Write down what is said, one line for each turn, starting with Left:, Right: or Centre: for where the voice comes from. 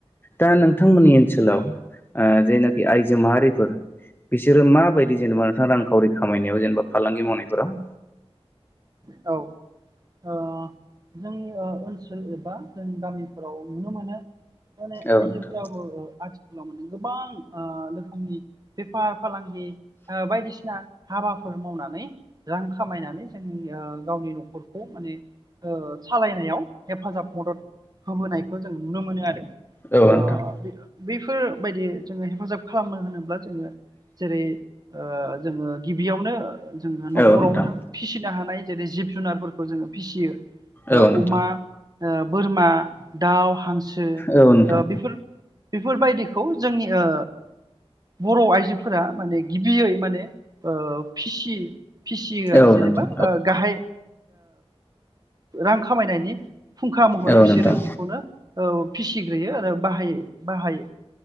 Left: दा नोंथांमोननि ओनसोलाव ओ जेनाखि आइजो माहारिफोर बिसोरो माबायदि जेनेबा नोंथां रांखावरि खामायनायाव जेनेबा फालांगि मावनायफोराव
Right: औ ओ जोंनि ओ ओनसोल एबा जों गामिफोराव नुनो मोनो माने
Left: औ
Right: आइजोफोराबो
Left: नोंथां
Right: आथिखालाव माने गोबां रोखोमनि बेफार फालांगि ओ बायदिसिना हाबाफोर मावनानै रां खामायनानै जोंनि ओ गावनि नखरखौ माने ओ सालायनायाव हेफाजाब मदद होबोनायखौ जों नुनो मोनो आरो
Left: औ
Right: ओ
Left: नोंथां
Right: बे बैफोरबायदि जोङो हेफाजाब खालामनो होनोब्ला जोङो जेरै ओ जोङो गिबियावनो जोहा नखरावनो
Left: औ नोंथां
Right: फिसिनो हानाय जेरै जिब जुनारफोरखौ जोङो फिसियो
Left: औ
Right: ओ
Left: नोंथां
Right: अमा ओ बोरमा दाउ हांसो ओ
Left: औ नोंथां
Right: बेफोर बेफोरबायदिखौ जोंनि ओ बर आइजोफोरा माने गिबियै माने ओ फिसि फिसियो आरो
Left: औ
Right: जेनेबा
Left: नोंथां
Right: गाहाय रां खामायनायनि फुंखा महरै
Left: औ
Right: बिसोरो
Left: नोंथां
Right: बेखौनो फिसिग्रोयो आरो बाहायो बाहायो